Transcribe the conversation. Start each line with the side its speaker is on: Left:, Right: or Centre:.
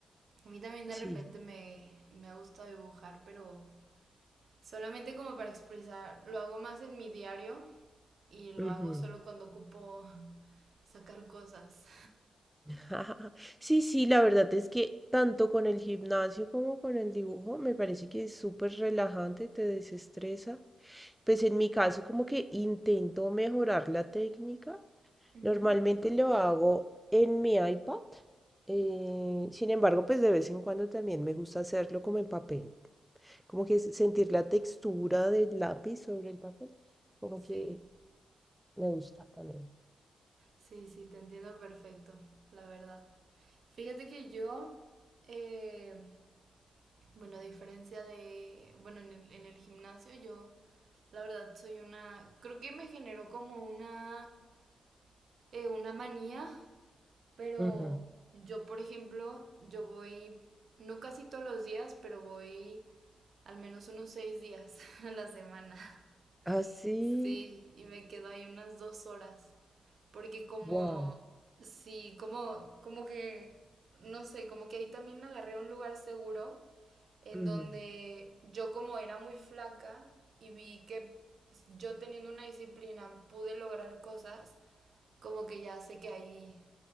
Right: A mí también de
Centre: Sí.
Right: repente me, me ha gustado dibujar, pero Solamente como para expresar, lo hago más en mi diario y lo
Centre: Ujú.
Right: hago solo cuando ocupo sacar cosas.
Centre: <laughs> Sí, sí, la verdad es que tanto con el gimnasio como con el dibujo me parece que es súper relajante, te desestresa. Pues en mi caso como que intento mejorar la técnica.
Right: <laughs> Ujú.
Centre: Normalmente lo hago en mi iPad. eh, sin embargo, pues de vez en cuando también me gusta hacerlo como en papel. Como que s- sentir la textura del lápiz sobre el papel. Como
Right: Sí,
Centre: que me gusta también.
Right: sí, sí, te entiendo perfecto, la verdad. Fíjate que yo, eh, bueno, a diferencia de, bueno, en el, en el gimnasio yo, la verdad, soy una, creo que me generó como una, eh, una manía Pero
Centre: Ujú.
Right: yo, por ejemplo, yo voy, no casi todos los días, pero voy al menos unos seis días <laughs> a la semana.
Centre: Así.
Right: Sí, y me quedo ahí unas dos horas. Porque como,
Centre: Wow.
Right: sí, como, como que, no sé, como que ahí también agarré un lugar seguro en
Centre: Ujú.
Right: donde yo como era muy flaca y vi que yo teniendo una disciplina pude lograr cosas, como que ya sé que ahí